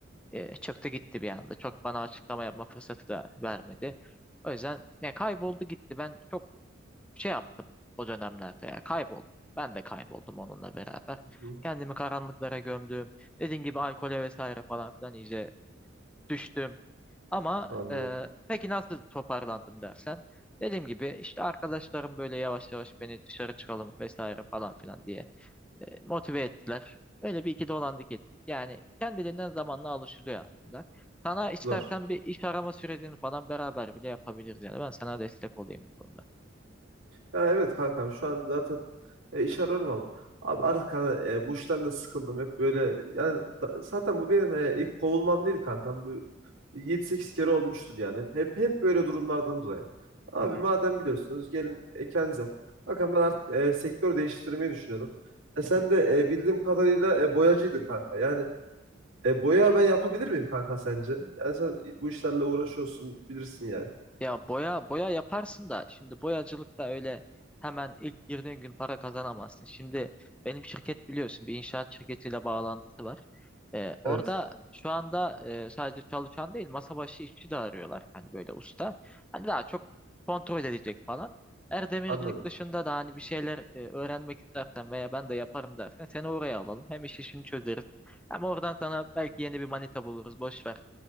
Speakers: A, in the centre; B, on the right.
A: Ee, çıktı gitti bir anda. Çok bana açıklama yapma fırsatı da vermedi. O yüzden ne kayboldu gitti. Ben çok şey yaptım o dönemlerde ya kayboldum. Ben de kayboldum onunla beraber.
B: Hı hı.
A: Kendimi karanlıklara gömdüm. Dediğim gibi alkole vesaire falan filan iyice düştüm. Ama
B: Anladım.
A: e, peki nasıl toparlandım dersen. Dediğim gibi işte arkadaşlarım böyle yavaş yavaş beni dışarı çıkalım vesaire falan filan diye e, motive ettiler. Öyle bir iki dolandık ettik. Yani kendiliğinden zamanla alışılıyor aslında. Sana istersen
B: Zor.
A: bir iş arama sürecini falan beraber bile yapabiliriz yani. Ben sana destek olayım bu konuda.
B: Ya evet kankam şu an zaten E, iş arıyorum ama. Abi artık hani, e, bu işten de sıkıldım hep böyle. Yani da- zaten bu benim e, ilk kovulmam değil kankam. Bu- Bir 7-8 kere olmuştur yani. Hep hep böyle durumlardan dolayı. Abi
A: Hı hı.
B: madem biliyorsunuz gelin e, kendiniz yapın. Bakın ben artık e, sektör değiştirmeyi düşünüyordum. E, sen
A: hı hı.
B: de e, bildiğim kadarıyla e, boyacıydın kanka. Yani e, boya ben yapabilir miyim kanka sence? Yani sen bu işlerle uğraşıyorsun bilirsin yani.
A: Ya boya boya yaparsın da şimdi boyacılıkta öyle hemen ilk girdiğin gün para kazanamazsın. Şimdi benim şirket biliyorsun bir inşaat şirketiyle bağlantısı var. Ee, orada
B: Evet
A: şu anda e, sadece çalışan değil masa başı işçi de arıyorlar. Hani böyle usta. Hani daha çok kontrol edecek falan. Eğer demircilik
B: anladım.
A: dışında da hani bir şeyler e, öğrenmek istersen veya ben de yaparım dersen seni oraya alalım. Hem iş işini çözeriz. Hem oradan sana belki yeni bir manita buluruz. Boş ver.